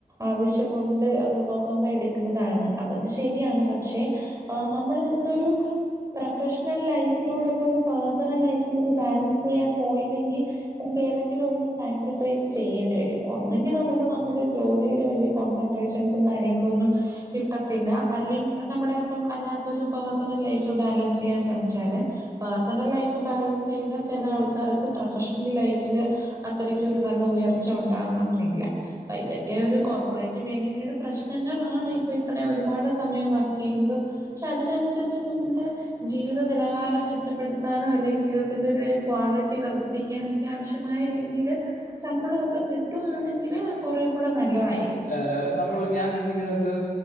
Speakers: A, on the right; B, on the left.
A: ആവശ്യമുണ്ട് എന്ന് തോന്നുമ്പോ എട് ക്കുന്നതാണ്. അതൊക്കെ ശരിയാണ് പക്ഷെ ആ നമ്മള് നമ്മടെ ഒരു പ്രൊഫെഷെണൽ ലൈഫിനോടൊപ്പം ഒരു പേഴ്സണൽ ലൈഫും കൂടെ ബാലൻസ് ചെയ്യാൻ പോയില്ലെങ്കി നമ്ക്ക് ഏതെങ്കിലൊന്ന് സാക്രിഫൈസ് ചെയ്യേണ്ടി വരും ഒന്നെങ്കി നമുക്ക് നമ്മുടെ ജോലിൽ വല്യ കോൺസെൻട്രേഷ ഷൻസും കാര്യങ്ങളു ഒന്നും കിട്ടത്തില്ല. അല്ലെങ്ക നമ്മുടെ ഇപ്പം അല്ലാതൊരു പേഴ്സണൽ ലൈഫ് ബാലൻസ് ചെയ്യാൻ ശ്രമിച്ചാല് പേഴ്സണൽ ലൈഫ് ബാലൻസ് ചെയ്ത ചെല ആൾക്കാർക്ക് പ്രൊഫഷണൽ ലൈഫില് അത്രെയ്ക്കൊരു നല്ല ഉയർച്ച ഉണ്ടാവണം ന്നില്ല പ്പ ഇതൊക്കെ ഒരു കോർപ്പറേറ്റ് മേഖെലെടെ പ്രശ്നങ്ങളാണ് ഇപ്പ ഇത്രേം ഒരുപാട് സമയം വർക്ക് ചെയ്ന്നതും ക്ഷേ അതിനൻസരിച്ച് നമ്മുടെ ജീവിത നിലവാരം മെച്ചപ്പെടുത്താനോ അല്ലെങ്കി ജീവിതത്തിന്റൊര് ക്വാളിറ്റി വർദ്ധി ഠിക്കാനൊക്കെ ആവശ്യമായ രീതിയില് ശമ്പളൊ ഒക്കെ കിട്ടുവാണെങ്കില് കൊറേ കൂടെ നല്ലതായി.
B: ഏഹ് നമ്മള് ഞാൻ ചിന്തിക്ന്നത്